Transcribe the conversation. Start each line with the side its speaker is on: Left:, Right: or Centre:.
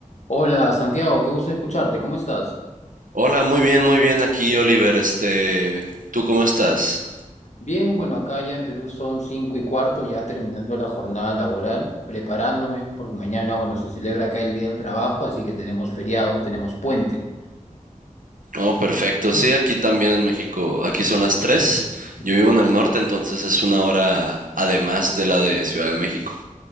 Left: Hola Santiago, qué gusto escucharte, ¿cómo estás?
Right: Hola, muy bien, muy bien aquí, Oliver. Este, ¿tú cómo estás?
Left: Bien, bueno, acá ya en Perú son cinco y cuarto, ya terminando la jornada laboral, preparándome, porque mañana, bueno, se celebra acá el Día del Trabajo, así que tenemos feriado, tenemos puente.
Right: No, perfecto. Sí, aquí también en México. Aquí son las 3.
Left: Ujú.
Right: Yo vivo en el norte, entonces es una hora además de la de Ciudad de México.